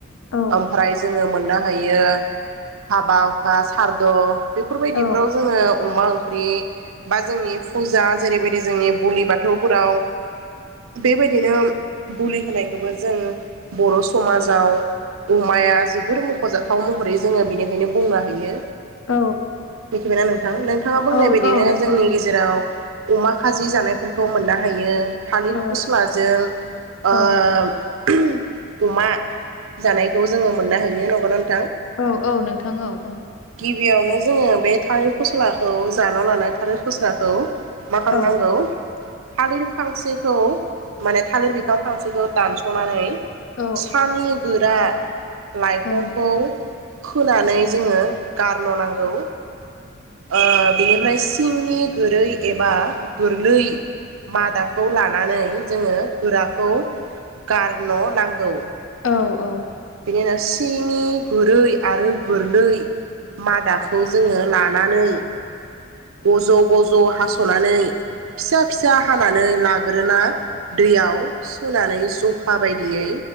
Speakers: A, on the left; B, on the right.
A: औ
B: ओमफ्राय जोङो मोननो हायो हाबा हुखा सारद' बेफोरबायदिफ्राव
A: औ
B: जोङो अमा ओं ख्रि बा जोंनि फुजा जेरैबायदि जोंनि बोलि बाथौफोराव बेबायदिनो बुलि होनायखौबो जों बर' समाजाव अमाया जोबोर मख'जाथाव महरै जोङो बेनिखायनो बुंनो हायो।
A: औ
B: मिथिबायना नोंथां, नोंथाङा बुंनाय
A: औ
B: बायदिनो
A: औ नोंथां
B: जोंनि गेजेराव अमा खाजि जानायफोरखौ मोननो हायो, थालिर
A: औ
B: फस्लाजों ओ
A: औ
B: <unintelligible> अमा जानायखौ जोङो मोननो हायो नंगौना नों
A: औ औ नोंथां औ औ।
B: बेयावनो जोङो बे थालिर फस्लाखौ जानो लानाय थालिर फस्लाखौ मा खालामनांगौ,
A: औ
B: थालिर फांसेखौ माने थालिर बिफां फांसेखौ दानस' नानै
A: औ
B: सानि गोरा लाइफंखौ
A: औ
B: खोनानै जोङो गारन' नांगौ। ओ बिनिफ्राय सिंनि गोरै एबा गोरलै मादाखौ लानानै जोङो गोराखौ गारन' नांगौ।
A: औ औ।
B: जेन' सिंनि गुरै आरो गोरलै मादाखौ जोङो ला नानै गज' गज' हास'नानै फिसा फिसा हाना नै लाग्रोना दैआव सुनानै जखा बायदियै